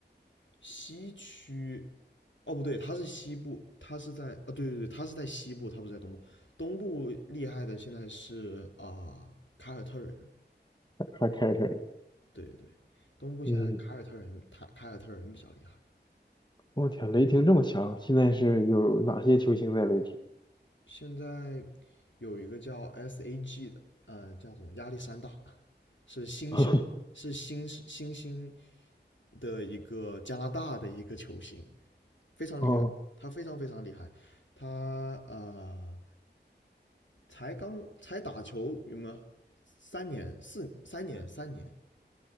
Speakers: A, on the left; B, on the left.
A: 西区，哦不对，它是西部，它是在啊对对对，它是在西部，它不是在东部。东部厉害的现在是啊、凯尔特人，
B: 还开着车呢。
A: 对对对，东部现在凯尔特人，
B: 嗯，
A: 他凯尔特人比较厉害。
B: 我天，雷霆这么强，现在是有哪些球星在雷霆？
A: 现在有一个叫 SAG 的，呃，叫什么亚历山大，是新秀，
B: <laughs>
A: 是新新星的一个加拿大的一个球星，非常厉害，
B: 哦，
A: 他非常非常厉害。他呃，才刚才打球有吗？三年四三年三年，